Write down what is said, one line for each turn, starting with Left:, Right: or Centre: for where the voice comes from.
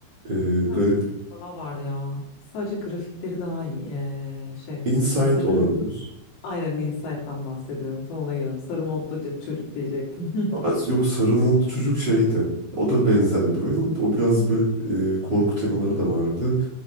Right: ee,
Left: Bu tarz
Right: garip.
Left: bir oyun daha var ya. Sadece grafikleri daha iyi. Ee, şey
Right: Insight
Left: sarı
Right: olabilir.
Left: aynen Inside'dan bahsediyorum. Tam ona geliyorum. Sarı modlu c- çocuk diyecektim. <laughs>
Right: As- Yok sarı modlu çocuk şeydi. O da benzer bir oyun. O biraz böyle e, korku temaları da vardı.